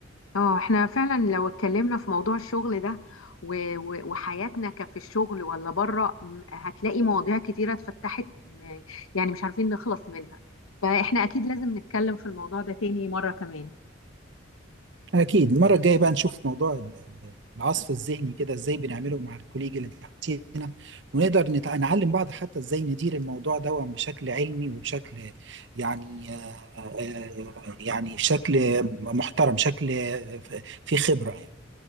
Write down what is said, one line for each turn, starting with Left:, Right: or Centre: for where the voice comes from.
Left: اه احنا فعلا لو اتكلمنا في موضوع الشغل ده و- و- وحياتنا كفي الشغل ولا بره م- هتلاقي مواضيع كتيرة اتفتحت م- يعني مش عارفين نخلص منها فاحنا اكيد لازم نتكلم في الموضوع ده تاني مرة كمان
Right: اكيد المرة الجاية بقى نشوف موضوع ال- ال- العصف الذهني كده ازاي بنعمله مع الكوليج اللي تحتينا ونقدر نتع- نعلم بعض حتى ازاي ندير الموضوع ده بشكل علمي وبشكل يعني آه، آه، يعني بشكل محترم شكل آه، في خبرة يعني